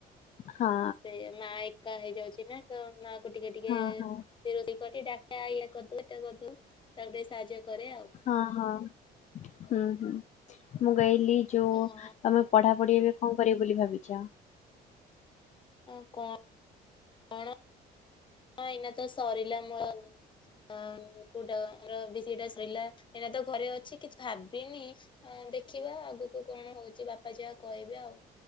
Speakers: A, on the left; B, on the left.
A: ହଁ
B: ସେ ମା ଏକା ହେଇଯାଉଛି ନା ତ ମା କୁ ଟିକେ ଟିକେ
A: ହଁ ହଁ
B: ସେ ରୋଷେଇ କରେ ଡାଲିଟା କରିଦଉ ତାକୁ ଟିକେ ସାହାଯ୍ୟ କରେ ଆଉ
A: ହଁ ହଁ ହଁ ହଁ ମୁଁ କଇଲି ଯୋ
B: ହଁ
A: ତମେ ପଢା ପଢି ଏବେ କଣ କରିବ ବୋଲି ଭାବିଛ
B: ଅ କଣ କଣ ହଁ ଏଇନା ତ ସରିଲା ମ ହଁ କୋଉଟା ବି ସେଇଟା ସଇଲା ଏଇନା ତ ଘରେ ଅଛି କିଛି ଭାବିନି ହଁ ଦେଖିବା ଆଗକୁ କଣ ହଉଛି ବାପା ଯିବା କହିବେ ଆଉ